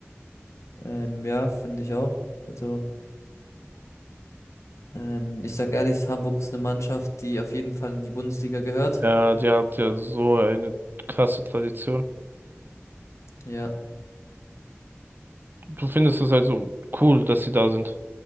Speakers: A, on the left; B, on the right.
A: Ähm, ja, finde ich auch. Also, ähm, ich sag ehrlich, Hamburg ist eine Mannschaft, die auf jeden Fall in die Bundesliga gehört.
B: Ja, die hat ja so eine krasse Tradition.
A: Ja,
B: Du findest es also cool, dass sie da sind.